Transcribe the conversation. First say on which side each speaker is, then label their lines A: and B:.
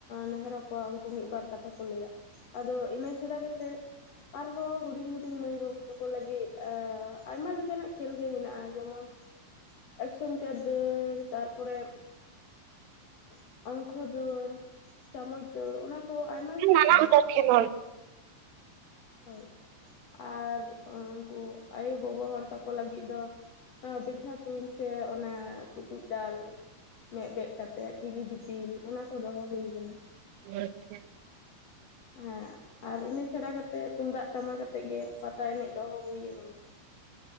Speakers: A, on the left (about 45°); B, on the right (about 80°).
A: ᱱᱮᱦᱚᱨ ᱟᱠᱚᱣᱟ ᱩᱱᱠᱩ ᱢᱤᱫᱵᱟᱨ ᱠᱟᱛᱷᱟ ᱠᱚ ᱞᱟᱹᱭᱟ ᱟᱫᱚ ᱤᱱᱟᱹ ᱪᱷᱟᱰᱟ ᱠᱟᱛᱮᱫ ᱟᱨᱦᱚᱸ ᱦᱩᱰᱤᱧ ᱦᱩᱰᱤᱧ ᱢᱟᱹᱭ ᱵᱟᱹᱵᱩ ᱛᱟᱠᱚ ᱞᱟᱹᱜᱤᱫ ᱟᱭᱢᱟ ᱞᱮᱠᱟᱱᱟᱜ ᱠᱷᱮᱞ ᱜᱮ ᱢᱮᱱᱟᱜ-ᱟ ᱡᱮᱢᱚᱱ ᱮᱠᱥᱚ ᱢᱤᱴᱟᱨ ᱫᱟᱹᱲ ᱛᱟᱨᱯᱚᱨ ᱛᱟᱨᱯᱚᱨᱮ <unintelligible> ᱚᱝᱠᱚ ᱫᱟᱹᱲ <unintelligible> ᱪᱟᱢᱚᱪ ᱫᱟᱹᱲ ᱚᱱᱟ ᱠᱚ ᱟᱭᱢᱟ ᱞᱮᱠᱟᱱᱟᱜ
B: ᱱᱟᱱᱟ
A: ᱢᱮᱱᱟᱜ-ᱟ
B: ᱦᱩᱱᱟᱹᱨ ᱴᱷᱮᱱ
A: ᱦᱳᱭ <unintelligible> ᱟᱨ ᱩᱱᱠᱩ ᱟᱭᱳ ᱜᱚᱜᱚ ᱦᱚᱲ ᱛᱟᱠᱚ ᱞᱟᱹᱜᱤᱫ ᱫᱚ ᱵᱮᱡᱷᱟ ᱛᱩᱧ ᱥᱮ ᱚᱱᱟ ᱴᱩᱠᱩᱡ ᱫᱟᱞ ᱢᱮᱸᱫ ᱵᱮᱫ ᱠᱟᱛᱮᱜ ᱴᱷᱤᱞᱤ ᱫᱤᱯᱤᱞ ᱚᱱᱟ ᱠᱚ ᱫᱚᱦᱚ ᱦᱩᱭ ᱟᱠᱟᱱᱟ
B: <unintelligible>
A: ᱦᱮᱸ <unintelligible> ᱟᱨ ᱤᱱᱟᱹ ᱪᱷᱟᱲᱟ ᱠᱟᱛᱮᱫ ᱛᱩᱢᱫᱟᱜ ᱴᱟᱢᱟᱠ ᱠᱟᱛᱮᱜ ᱜᱮ ᱯᱟᱛᱟ ᱮᱱᱮᱡ ᱫᱚᱦᱚ ᱦᱩᱭᱩ ᱟᱠᱟᱱᱟ